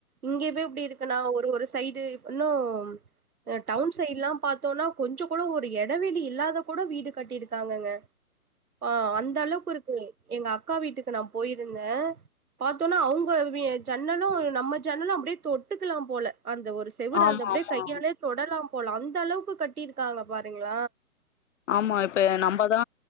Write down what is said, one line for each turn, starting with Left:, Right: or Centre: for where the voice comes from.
Right: இங்கவே இப்டி இருக்குன்னா ஒரு ஒரு சைடு இன்னு ஆ டவுன் சைடு்லா பாத்தோம்னா கொஞ்ச கூட ஒரு எடவெளி இல்லாத கூட வீடு கட்டிருக்காங்கங்க ஆ அந்தளவுக்கு இருக்கு எங்க அக்கா வீட்டுக்கு நா போயிருந்த பாத்தோன்னா அவங்க வீ ஜன்னலு இது நம்ம ஜன்னலு அப்டியே தொட்டுக்கலா போல அந்த ஒரு செவுரு
Left: ஆ ஆமா
Right: அந்தப்டியே
Left: ஆமா
Right: கையாலே தொடலாம் போல அந்தளவுக்கு கட்டிருக்காங்க பாருங்கள
Left: ஆமா இப்ப நம்பதா